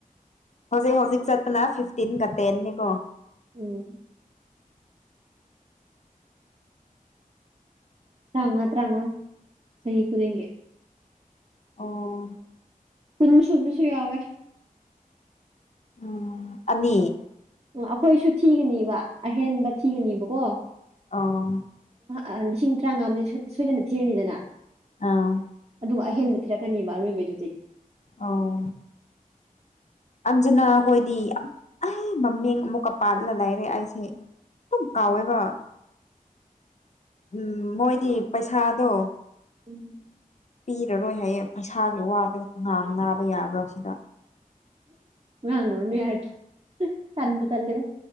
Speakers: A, on the left; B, on the right.
A: ꯍꯧꯖꯤꯛ ꯍꯧꯖꯤꯛ ꯆꯠꯄꯅ ꯐꯤꯐꯇꯤꯟꯒ ꯇꯦꯟꯅꯦꯀꯣ
B: ꯎꯝ ꯇ꯭ꯔꯥꯎꯉꯥ ꯇ꯭ꯔꯥꯎꯉꯥ ꯆꯍꯤ ꯈꯨꯗꯤꯡꯒꯤ
A: ꯑꯣ
B: ꯄꯨꯟꯁꯨꯨꯕꯁꯨ ꯌꯥꯎꯋꯦ
A: ꯎꯝ ꯑꯅꯤ
B: ꯎ ꯑꯩꯈꯣꯏꯁꯨ ꯊꯤꯒꯅꯤꯕ ꯑꯍꯦꯟꯕ ꯊꯤꯒꯅꯤꯕꯀꯣ
A: ꯑꯥꯎ
B: ꯑꯥ ꯂꯤꯁꯤꯡ ꯇꯔꯥꯉꯥ ꯑꯝꯗꯤ ꯁꯣ ꯁꯣꯏꯗꯅ ꯊꯤꯔꯅꯤꯗꯅ
A: ꯑꯥ
B: ꯗꯨ ꯑꯍꯦꯟꯕ ꯊꯤꯔꯛꯀꯅꯤꯕ ꯑꯔꯣꯏꯕꯩꯗꯨꯗꯤ
A: ꯑꯧ ꯑꯟꯖꯅꯥ ꯍꯣꯏꯗꯤ ꯃꯝ ꯑꯩ ꯃꯃꯤꯡ ꯑꯃꯨꯛꯀ ꯄꯥꯜꯂ ꯂꯩꯔꯦ ꯑꯩꯁꯦ ꯑꯗꯨꯝ ꯀꯥꯎꯋꯦꯕ ꯎꯝ ꯃꯣꯏꯗꯤ ꯄꯩꯁꯥꯗꯣ
B: ꯎꯝ
A: ꯄꯤꯔꯔꯣꯏ ꯍꯥꯏꯌꯦ ꯄꯩꯁꯥꯒꯤ ꯋꯥꯕ ꯉꯥꯡꯅꯥꯕ ꯌꯥꯕ꯭ꯔꯥ ꯁꯤꯗ
B: ꯉꯥꯡꯉꯨꯔꯅꯨ ꯌꯥꯔꯦꯊꯨ ꯇꯟꯕꯨ ꯇꯟꯂꯦꯗ